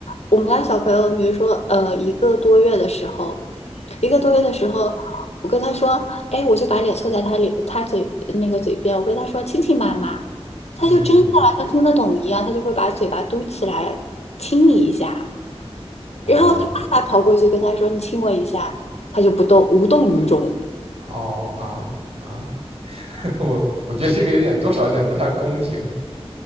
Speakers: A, on the left; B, on the right.
A: 我们家小朋友，比如说呃一个多月的时候，一个多月的时候，我跟他说，哎，我就把脸凑在他脸他嘴那个嘴边，我跟他说亲亲妈妈，他就真的像听得懂一样，
B: 嗯嗯嗯，
A: 他就会把嘴巴嘟起来亲你一下，
B: 哦
A: 然后他爸爸跑过去跟他说你亲我一下，他就不动，无动于衷。
B: 哦啊啊。<laughs> 我我觉得这个有点多少有点不太公平。